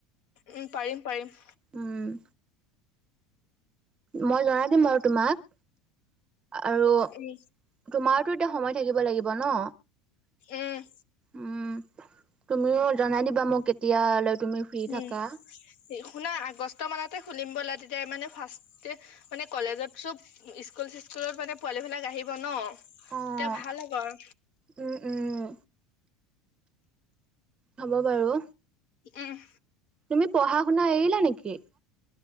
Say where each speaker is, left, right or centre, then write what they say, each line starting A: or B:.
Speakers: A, on the left; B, on the right.
A: উম, পাৰিম-পাৰিম।
B: উম'। মই জনাই দিম বাৰু তোমাক। আৰু
A: উম
B: তোমাৰতো এতিয়া সময় থাকিব লাগিব ন'।
A: এহ।
B: উম, তুমিও জনাই দিবা মোক, কেতিয়াালৈ তুমি ফ্ৰী থাকা।
A: উম শুনা আগষ্ট মানতে খুলিম ব'লা, তেতিয়া মানে ফাৰ্ষ্ট মানে কলেজত চব স্কুল স্কুলত মানে পোৱালি বিলাক আহিব ন'
B: অ',
A: তেতিয়া ভাল হ'ব আৰু
B: উম, উম, হ'ব বাৰু
A: অহ।
B: তুমি পঢ়া-শুনা এৰিলা নেকি?